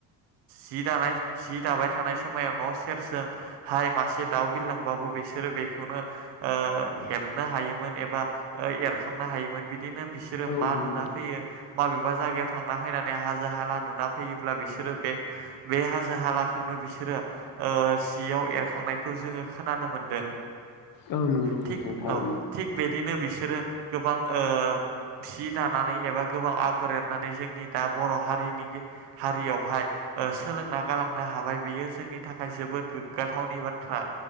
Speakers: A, on the right; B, on the left.
A: जि दानाय जि दाबाय थानाय समायाव न' सेरजों हाय मासे दाउ बिलांबाबो बिसोरो बेखौनो ओ हेबनो हायोमोन एबा ओ एरखांनो हा हायोमोन बिदिनो बिसोरो
B: औ
A: मा
B: औ नंगौ
A: नुना फैयो माबेबा जायगाव थांना फैनानै हाजो हाला नुना फैयोब्ला बिसोरो बे बे हाजो हालाखौनो बिसोरो ओ जियाव एरखांनायखौ जोङो खोनानो मोनदों।
B: औ नंगौ
A: थिग
B: नोंथां थारैनो
A: औ थिग बेदिनो बिसोरो गोबां ओ सि दानानै एबा गोबां आगर एरनानै जोंनि दा बर' हारिनि गे हारियावहाय ओ सोलोंना गालांनो हाबाय बेयो जोंनि थाखाय जोबोद गोग्गाथावनि बा थ्रा